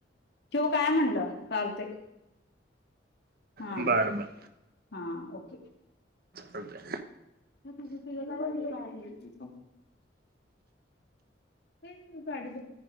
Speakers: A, on the left; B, on the right.
A: ठेऊ काय म्हणलं, चालतय, हा.
B: बरं बरं
A: हा ओके.
B: ओके.
A: तुझं तिझ तिझ काय म्हणजे काय? हेंज गाडी बुक